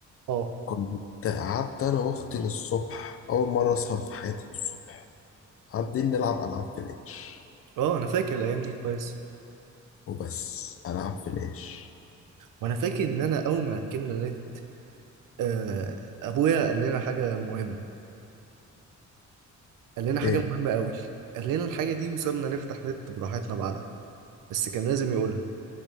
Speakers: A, on the right; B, on the left.
A: اه
B: كنت قعدت انا واختي للصبح اول مره اصحى في حياتي الصبح قاعدين نلعب العاب فلاش
A: اه انا فاكر الايام دي كويس
B: وبس العاب فلاش
A: وانا فاكر ان انا اول ما ركبنا نت آه، ابويا قال لنا حاجه مهمه قال لنا حاجه
B: ايه
A: مهمه قوي قال لنا الحاجه دي وسابنا نفتح نت براحتنا بعدها بس كان لازم يقولها